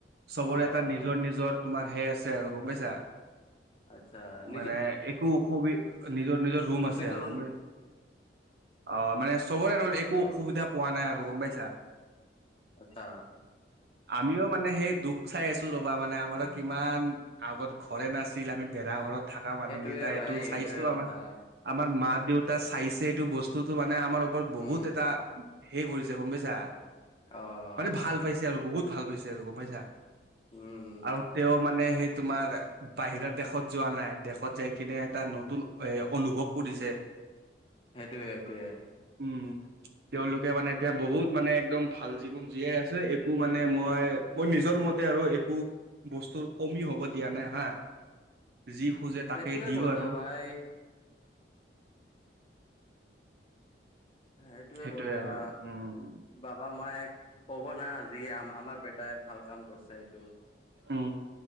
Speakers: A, on the right; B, on the left.
A: চবৰে
B: অ'
A: এটা নিজৰ-নিজৰ তোমাৰ হে আছে গম পাইছা!
B: আচ্ছা নিজৰ
A: মানে একো অসুবি নিজৰ-নিজৰ ৰুম আছে।
B: নিজৰ
A: আছে আৰু গম পাইছা, অ, মানে চবৰে আৰু একো
B: অ'
A: অসুবিধা পোৱা নাই আৰু, গম পাইছা!
B: আচ্ছা!
A: আমিও মানে সেই দুখ চাই আছো, ৰ'বা মানে, আমাৰো কিমান আগত ঘৰে নাছিল। আমি বেৰা ঘৰত থকা মানুহকেইটাই
B: সেইটোয়ে ভাই
A: এইটো চাইছো
B: সেইটোয়ে কথা
A: আমাৰ আমাৰ মা-দেউতা চাইছে, এইটো বস্তুটো মানে আমাৰ ওপৰত বহুত
B: উম
A: এটা হেই কৰিছে গম পাইছা,
B: অ'
A: মানে
B: হয়
A: ভাল
B: হয়
A: পাইছে আৰু বহুত ভাল পাইছে আৰু গম পাইছা।
B: উম
A: আৰু তেওঁ মানে সেই তোমাৰ, বাহিৰৰ দেশত যোৱা নাই, দেশত যাই কিনে এটা নতুন এ, অনুভৱ কৰিছে।
B: হেইটোৱে, হেইটোৱে।
A: উম। তেওঁলোকে মানে এতিয়া বহুত মানে একদম ভাল জীৱন জীয়াই আছে, একো মানে মই, মই নিজৰ মতে আৰু একো বস্তুৰ কমি হ'ব দিয়া নাই হা, যি খোজে তাকে
B: সেইটোয়ে
A: দিও
B: কথা
A: আৰু।
B: ভাই হেইটোৱে
A: সেইটোয়ে
B: কথা।
A: আৰু উম
B: বাবা-মায়ে ক'ব না! আজি আম আমাৰ বেটাই ভাল কাম কৰিছে, এইটো।
A: উম।